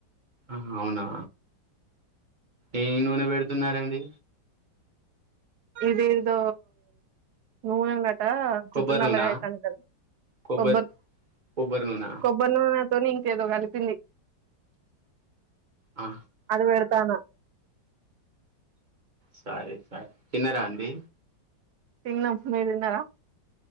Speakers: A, on the right; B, on the right.
A: అవునా ఏ నూనె పెడుతున్నారండి
B: ఇదేదొ నూనె జుట్టు
A: కొబ్బరి
B: నల్లగా
A: నూనా
B: <unintelligible>
A: కొబ్బరి
B: కోబర్
A: కొబ్బరి నూనా
B: కొబ్బరి నూనె దని ఇంకేదో కలిపింది
A: ఆ
B: అది పెడతానా
A: సరే సరే తిన్నారా రాండి
B: తినం మీరు తిన్నారా